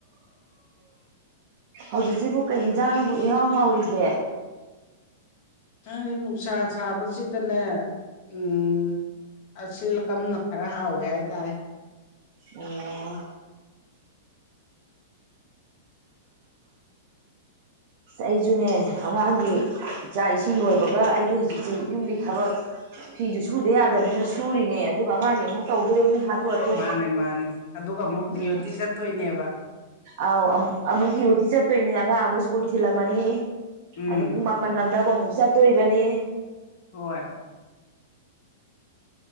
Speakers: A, on the right (about 50°); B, on the left (about 50°).
A: ꯍꯧꯖꯤꯛꯁꯤꯕꯨ ꯀꯩ ꯌꯦꯟꯖꯥꯡꯅꯕꯨ ꯏꯍꯥꯎ ꯍꯥꯎꯔꯤꯒꯦ
B: ꯈꯪꯗꯦ ꯅꯨꯡꯁꯥ ꯁꯥꯕꯁꯤꯗꯅꯦ ꯎꯝ ꯑꯁꯤꯟ ꯑꯥꯀꯝꯅ ꯈꯔ ꯍꯥꯎꯋꯦ ꯍꯥꯏꯇꯥꯔꯦ
A: ꯑꯣ ꯑꯩꯁꯨꯅꯦ ꯑꯉꯥꯡꯒꯤ ꯆꯥꯛ ꯏꯁꯤꯡ ꯂꯣꯏꯕꯒ ꯑꯩꯖꯤ ꯍꯧꯖꯤꯛꯁꯤ ꯌꯨꯝꯒꯤ ꯊꯕꯛ ꯐꯤꯁꯨ ꯁꯨꯗ ꯌꯥꯗꯕꯅꯤꯅ ꯁꯨꯔꯤꯅꯦ ꯑꯗꯨꯒ ꯑꯉꯥꯡꯒꯤ ꯑꯃꯨꯛ ꯇꯧꯗꯣꯔꯤꯕꯅꯤ ꯍꯥꯊꯨ ꯍꯥꯊꯨ
B: ꯃꯥꯅꯦ ꯃꯥꯅꯦ ꯑꯗꯨꯒ ꯑꯃꯨꯛ ꯗ꯭ꯌꯨꯇꯤ
A: ꯎꯝ
B: ꯆꯠꯇꯣꯏꯅꯦꯕ
A: ꯑꯧ ꯑꯃꯨꯛ ꯗꯤ ꯑꯣ ꯇꯤ ꯆꯠꯇꯣꯏꯅꯦ ꯑꯉꯥꯡ ꯑꯃꯨꯛ ꯁ꯭ꯀꯨꯜ ꯊꯤꯜꯂꯝꯃꯅꯤ
B: ꯎꯝ
A: ꯑꯗ ꯄꯨꯡ ꯃꯥꯄꯟ ꯃꯄꯟ ꯅꯪꯅꯕ ꯑꯃꯨꯛ ꯆꯠꯇꯣꯔꯤꯕꯅꯤ
B: ꯍꯣꯏ